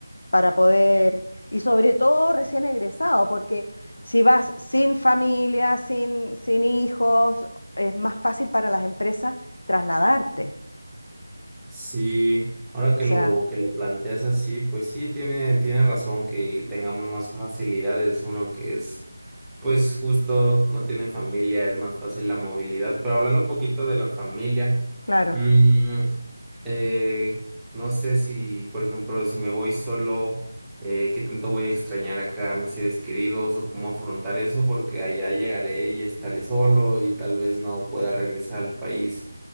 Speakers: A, on the left (about 60°); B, in the centre.
A: para poder, y sobre todo recién egresado, porque si vas sin familia, sin, sin hijos, es más fácil para las empresas trasladarte.
B: Sí, ahora
A: O
B: que
A: sea,
B: lo que lo planteas así, pues sí tiene tiene razón que tengamos más facilidades uno que es pues justo no tiene familia, es más fácil la movilidad. Pero hablando un poquito de la familia,
A: claro,
B: mm, eh, no sé si, por ejemplo, si me voy solo, eh, qué tanto voy a extrañar acá a mis seres queridos o cómo afrontar eso, porque allá llegaré y estaré solo y tal vez no pueda regresar al país